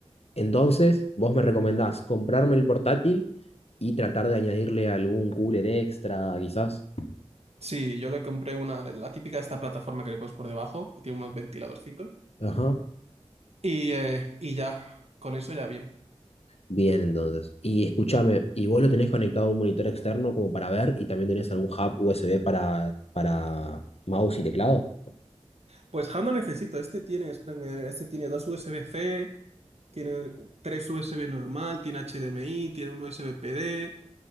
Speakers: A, on the left; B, on the right.
A: entonces vos me recomendás comprarme el portátil y tratar de añadirle algún cooler extra, quizás.
B: Sí, yo le compré una, la típica esta plataforma que le pones por debajo, que tiene unos ventiladorcitos.
A: Ajá.
B: Y, eh, y ya, con eso ya bien.
A: Bien, entonces. Y escúchame, ¿y vos lo tenés conectado a un monitor externo como para ver y también tenés algún hub USB para, para mouse y teclado?
B: Pues Hub no necesito, este tiene, espera que me diga, este tiene dos USB-C, tiene tres USB normal, tiene HDMI, tiene un USB PD,